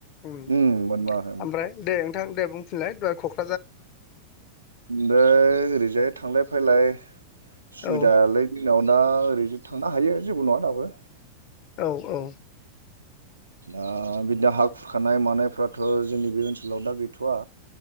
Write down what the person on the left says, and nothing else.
ओम
आमफ्राय दे नोंथां दे बुंफिनलाय दहाय खख
औ
औ औ